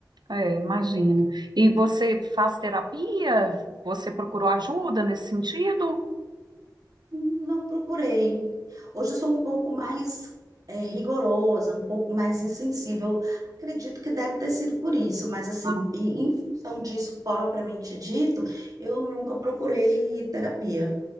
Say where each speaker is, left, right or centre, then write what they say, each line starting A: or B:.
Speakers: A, on the right; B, on the right.
A: É, imagino. E você faz terapia? Você procurou ajuda nesse sentido?
B: não procurei. Hoje eu sou um pouco mais eh, rigorosa, um pouco mais insensível, acredito que deve ter sido por isso, mas assim,
A: Ah,
B: em, em função disso propriamente dito, eu nunca procurei terapia.